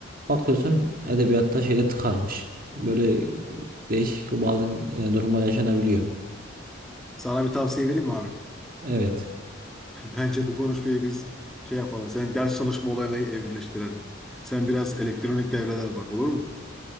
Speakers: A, on the right; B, in the centre.
A: bakıyorsun edebiyatta şeyde tıkanmış. Böyle e, değişik bazen e, durumlar yaşanabiliyor.
B: Sana bir tavsiye vereyim mi abi?
A: Evet.
B: <laughs> Bence bu konuşmayı biz şey yapalım. Senin ders çalışma olayına evrileştirelim. Sen biraz elektronik devreler bak olur mu?